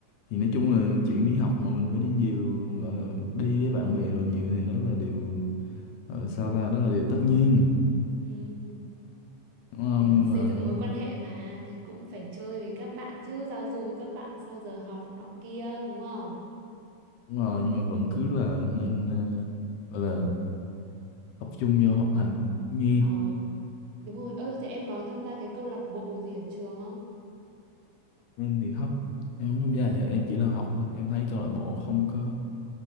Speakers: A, on the left; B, on the right.
A: thì nói chung là chuyện đi học mà mình phải đi nhiều gọi là đi với bạn bè rồi nhiều thì đó là điều gọi là sao ta đó là điều tất nhiên
B: Ừ.
A: đúng không
B: để
A: nhưng
B: xây
A: mà
B: dựng mối quan hệ mà thì cũng phải chơi với các bạn chứ giao du với các bạn sau giờ học nọ kia đúng không
A: đúng rồi nhưng mà vẫn cứ là nên ờ, gọi là tập trung vô học hành như
B: ờ
A: em
B: đúng rồi ơ thế em có tham gia cái câu lạc bộ gì ở trường không
A: em thì không em không tham
B: ừ
A: gia vậy em chỉ là học thôi em thấy câu lạc bộ không có